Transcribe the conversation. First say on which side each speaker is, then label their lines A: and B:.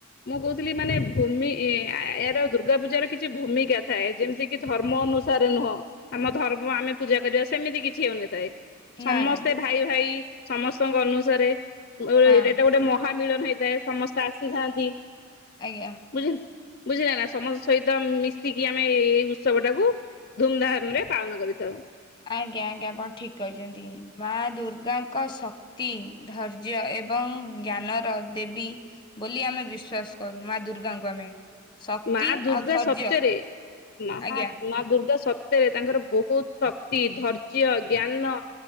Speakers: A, on the left (about 45°); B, on the left (about 20°).
A: ମୁଁ କହୁଥିଲି ମାନେ ଭୂମି ଏ ଏହାର ଦୁର୍ଗା ପୂଜାର କିଛି ଭୂମିକା ଥାଏ। ଯେମିତିକିି ଧର୍ମ ଅନୁସାରେ ନୁହଁ ଆମ ଧର୍ମ ଆମେ ପୂଜା କରିବା ସେମିତି କିଛି ହେଉନିଥାଏ। ସମସ୍ତେ
B: ନା ନା
A: ଭାଇ ଭାଇ ସମସ୍ତଙ୍କ ଅନୁସାରେ
B: ହଁ
A: ଏଟା ଗୋଟେ ମହାମିଳନ ହେଇଥାଏ ସମସ୍ତେ ଆସିଥାନ୍ତି
B: ଆଜ୍ଞା।
A: ବୁଝ ବୁଝିଲେନା ସମସ୍ତଙ୍କ ସହିତ ମିଶିକି ଆମେ ଏଇ ଉତ୍ସବ ଟାକୁ ଧୁମଧାମରେ ପାଳନ କରିଥାଉ।
B: ଆଜ୍ଞା ଆଜ୍ଞା ଆପଣ ଠିକ୍ କହିଚନ୍ତି ମା ଦୁର୍ଗାଙ୍କ ଶକ୍ ତି ଧୈର୍ଯ୍ୟ ଏବଂ ଜ୍ଞାନର ଦେବୀ ବୋଲି ଆମେ ବିଶ୍ବାସ କରୁ ମା ଦୁର୍ଗାଙ୍କୁ ଆମେ। ଶକ୍ତି
A: ମା ଦୁର୍ଗା
B: ଆଉ ଧୈର୍ଯ୍ୟ
A: ସତ୍ୟରେ ମାହା
B: ଆଜ୍ଞା
A: ମା ଦୁର୍ଗା ସତରେ ତାଙ୍କର ବହୁତ୍ ଶକ୍ତି ଧର୍ଯ୍ୟ ଜ୍ଞାନ